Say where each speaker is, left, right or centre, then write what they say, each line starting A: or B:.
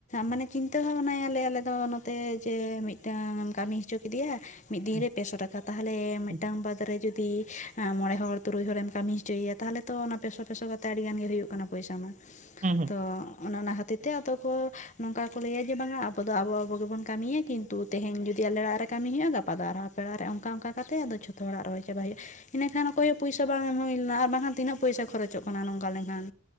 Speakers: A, on the left; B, on the right.
A: ᱢᱟᱱᱮ ᱪᱤᱱᱛᱟᱹ ᱵᱷᱟᱵᱱᱟᱭᱟᱞᱮ ᱟᱞᱮ ᱫᱚ ᱱᱚᱛᱮ ᱡᱮ ᱢᱤᱫ ᱴᱟᱝ ᱮᱢ ᱠᱟᱹᱢᱤ ᱦᱚᱪᱚ ᱠᱮᱫᱮᱭᱟ ᱢᱤᱫ ᱫᱤᱱ
B: ᱦᱩᱸ
A: ᱨᱮ ᱯᱮᱥᱚ ᱴᱟᱠᱟ ᱛᱟᱦᱚᱞᱮ ᱢᱤᱫᱴᱟᱝ
B: ᱦᱩᱸ
A: ᱵᱟᱫ ᱨᱮ ᱡᱩᱫᱤ ᱟᱸ ᱢᱚᱸᱬᱮ ᱦᱚᱲ ᱛᱩᱨᱩᱭ ᱦᱚᱲᱮᱢ ᱠᱟᱢᱤ ᱦᱚᱪᱚᱭᱮᱭᱟ ᱛᱟᱦᱟᱞᱮ ᱛᱚ ᱚᱱᱟ ᱯᱮᱥᱚ ᱯᱮᱥᱚ ᱠᱟᱛᱮ ᱟᱹᱰᱤ ᱜᱮ ᱦᱩᱭᱩᱜ ᱠᱟᱱᱟ ᱯᱩᱭᱥᱟ ᱢᱟ᱾
B: ᱦᱩᱸ ᱦᱩᱸ
A: ᱛᱚ ᱚᱱᱮ ᱚᱱᱟ ᱠᱷᱟᱛᱤᱨ ᱛᱮ ᱟᱫᱚ ᱠᱚ ᱱᱚᱝᱠᱟ ᱠᱚ ᱞᱟᱹᱭᱟ ᱡᱮ ᱵᱟᱝᱟ ᱟᱵᱚ ᱫᱚ ᱟᱵᱚ ᱟᱵᱚ ᱜᱮᱵᱚᱱ ᱠᱟᱢᱤᱭᱟ ᱠᱤᱱ ᱛᱩ ᱛᱮᱦᱮᱧ ᱡᱩᱫᱤ ᱟᱞᱮ ᱚᱲᱟᱜ ᱨᱮ ᱠᱟᱢᱤ ᱦᱩᱭᱩᱜᱼᱟ ᱜᱟᱯᱟ ᱫᱚ ᱟᱨᱦᱚ ᱟᱯᱮ ᱚᱲᱟᱜ ᱨᱮ ᱚᱝᱠᱟ ᱚᱝᱠᱟ ᱠᱟᱛᱮ ᱟᱫᱚ ᱡᱷᱚᱛᱚ ᱦᱚᱲᱟᱜ ᱨᱚᱦᱚᱭ ᱪᱟᱵᱟ ᱦᱩᱭᱩᱜᱼᱟ᱾ ᱤᱱᱟᱹ ᱠᱷᱟᱱ ᱚᱠᱚᱭ ᱦᱚᱸ ᱯᱩᱭᱥᱟ ᱵᱟᱝ ᱮᱢ ᱦᱩᱭ ᱞᱮᱱᱟ ᱟᱨ ᱵᱟᱝᱠᱷᱟᱱ ᱛᱤᱱᱟᱹᱜ ᱯᱚᱭᱥᱟᱹ ᱠᱷᱚᱨᱚᱪᱚᱜ ᱠᱟᱱᱟ ᱱᱚᱝᱠᱟ ᱞᱮᱱᱠᱷᱟᱱ᱾